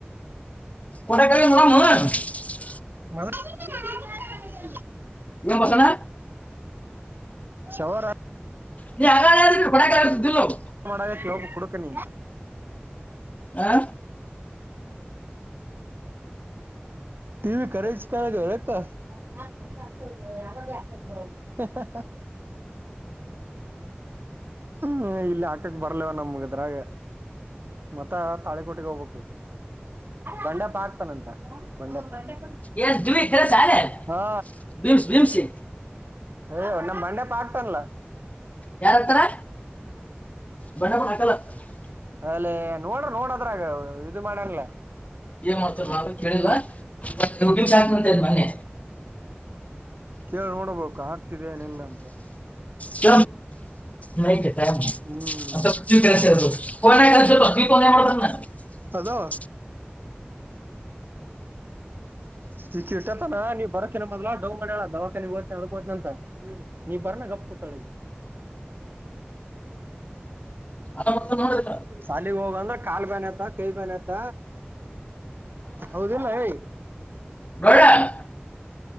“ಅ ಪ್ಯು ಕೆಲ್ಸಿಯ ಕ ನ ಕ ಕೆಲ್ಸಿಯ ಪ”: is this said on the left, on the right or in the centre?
Left